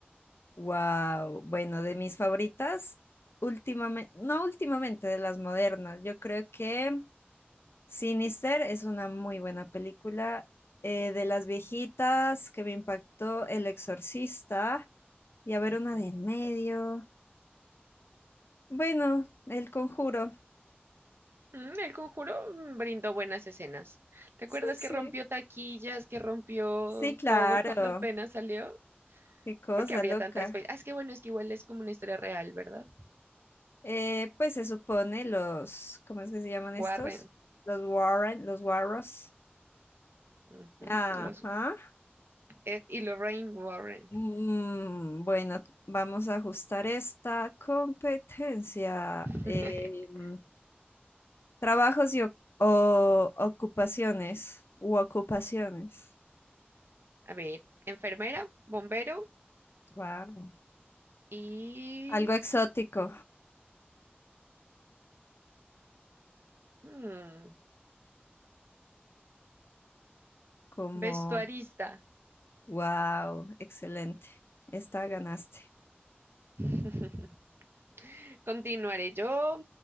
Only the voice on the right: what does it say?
Ujú.
Mm, El Conjuro mm, brindó buenas escenas. ¿Te acuerdas
que rompió taquillas, que rompió
todo cuando apenas salió?
Porque habría
tanta espe- Ah, es que bueno, es que igual es como una historia real, ¿verdad?
Warren.
Ujú,
Los Ed y Lorraine Warren.
<laughs>
A ver, enfermera, bombero
y
mm,
vestuarista.
<laughs> Continuaré yo.